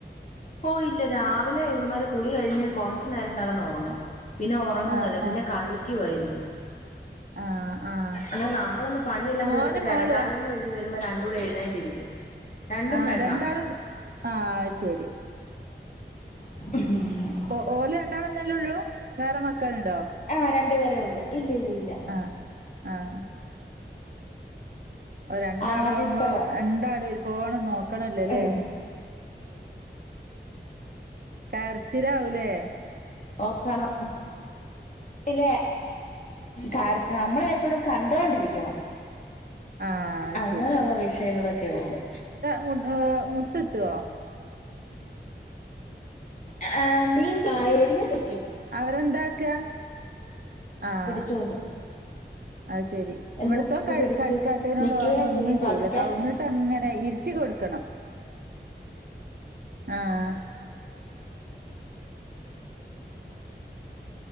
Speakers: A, on the left (about 40°); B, on the right (about 55°).
A: ഓഹ് ഇല്ലാ രാവിലെ ഇവള്മാര് കുളി കഴിഞ്ഞാ കൊറച്ചു നേരം കെടന്നൊറങ്ങും പിന്നെ ഒറങ്ങുകേലാ
B: ആഹ്
A: പിന്നെ
B: ആഹ്
A: കളിക്കുവാ ഇരുന്ന്
B: ആഹ് ആഹ്
A: എന്നാ നമ്മളൊന്ന് പണിയെല്ലാം
B: മോനും
A: തീർത്ത് കെടക്കാലോന്ന്
B: മോളുവാ
A: കരുതി വരുമ്പോ രണ്ടും കൂടെ എഴുന്നേറ്റിരിക്കും രണ്ടും
B: ആഹ്
A: പെണ്ണാ
B: രണ്ടാളും ആഹ് അയ് ശരി
A: ഉ <inaudible>
B: ഓ ഓല് രണ്ടാളെന്നല്ലേ ഇള്ളൂ വേറെ മക്കളുണ്ടോ
A: ആഹ് രണ്ടുപേരേ ഒള്ളൂ ഇല്ല ഇല്ല ഇല്ല
B: ആഹ് ആഹ് ഓഹ് രണ്ടാളാാവുമ്പോ
A: ആദ്യത്തതാ
B: രണ്ടാളേം ഒര് പോണം നോക്കണല്ലോല്ലേ
A: അവിടിരി
B: കരച്ചിലാവൂല്ലേ
A: നോക്കണം ഇല്ലെ കര നമ്മളെ എപ്പഴും കണ്ടോണ്ടിരിക്കണം
B: ആഹ് അത്
A: അങ്ങനെയുള്ള വിഷയങ്ങളൊക്കെ ഉണ്ട്
B: മുട് ഏഹ് മുട്ട്ത്തോ
A: ആഹ് ആഹ് നീൻ ആഹ് എഴുന്നേറ്റ്ക്കും
B: അവരെന്താക്കാ? ആഹ്
A: പിടിച്ചോണ്ട്
B: അത് ശെരി
A: എന്താ
B: ഇവിടത്തോൻ ക
A: പിടിച്ച്
B: കട്ക്കാത്തനോട്
A: നിക്കുകയും
B: ഓൻ ഒന്നും
A: ചെയ്യും
B: ചെയ്യില്ലാ
A: പതുക്കെ
B: കവന്ന് ട്ടങ്ങനെ ഇരുത്തി കൊടുക്കണം
A: അ
B: ആഹ്